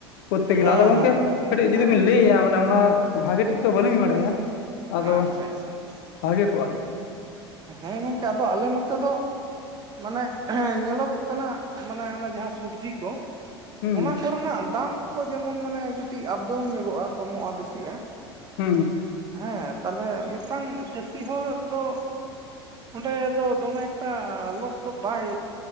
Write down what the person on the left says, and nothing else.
ᱠᱚᱨᱛᱮ ᱜᱮᱞᱮ
ᱟᱫᱚ ᱜᱚᱝᱠᱮ
ᱠᱟᱹᱴᱤᱜ ᱡᱩᱫᱤ
ᱵᱤᱱ ᱞᱟᱹᱭᱟ ᱢᱟᱱᱮ ᱚᱱᱟ ᱵᱷᱟᱜᱤ ᱴᱷᱤᱠ ᱛᱚ ᱵᱟᱹᱞᱤᱧ ᱵᱟᱲᱟᱭᱟ ᱟᱫᱚ
ᱵᱷᱟᱜᱮ ᱠᱚᱜᱼᱟ᱾
ᱦᱩᱸ
ᱦᱩᱸ ᱦᱩᱸ